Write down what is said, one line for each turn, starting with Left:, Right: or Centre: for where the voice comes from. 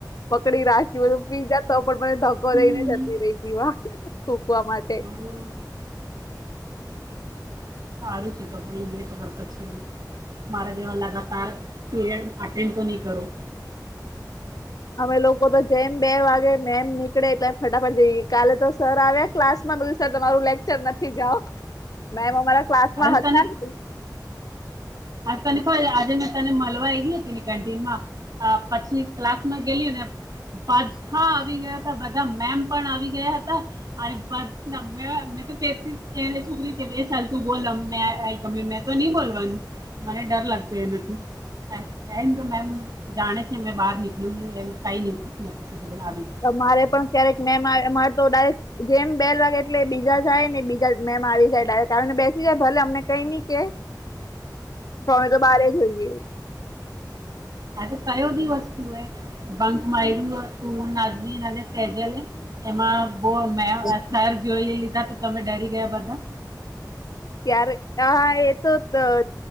Left: પકડી રાખી તો પિજા તો પણ મને ધક્કો
Right: હમ
Left: લઈને જતી રેતી થુકવા માટે.
Right: ઓ, હારું થિયુ તો પણ એ બે તો કરતા જ છે ને મારા જેવા લગા તાર પીરિયડ અટેન્ડ તો ની કરો.
Left: અમે લોકો તો જેમ બે વાગે મેમ નીકળે એટલે ફટાફટ જઈ કાલે તો સર આવ્યા ક્લાસ માં બધું સર તમારું લેક્ચર નથી જાઓ મેમ અમારા ક્લાસ
Right: આજે
Left: માં હતા
Right: તને
Left: ને
Right: તને ખબર આજે મે તને મલવા આયવી હતી ને કેન્ટીન માં. હા પછી ક્લાસ માં ગેઈલી ને બાદ હા આવી ગયા બધા મેમ પણ આવી ગયા હતા અરે બસ મે મે તો કે છોકરી ને કેટી સરખું બોલ ગમે તે મેં તો ની બોલવાનું મને ડર લાગતો એનાથી એમ મેમ જાણે છે મેં બહાર નીકળ્યું એમ કઈ નહિ થાય આવી જાય.
Left: અમારે પણ ક્યારેક મેમ આવે અમારે તો ડાયરેક ગેમ બેલ વાગે એટલે બીજા જાય ને બીજા મેમ આવી જાય ડાયરેક આવીને બેસી જાય ભલે અમને કઈ ની કે. પર અમે તો બારે જઈએ.
Right: આ તો કયો બી વસ્તુ એ બંક માયર્યું તું નાજમીન અને તેજલે એમાં બો મે
Left: ક્યારે
Right: સર જોઈ લીધા તો તમે ડરી ગયા બધા.
Left: ક્યારે હ એ તો તો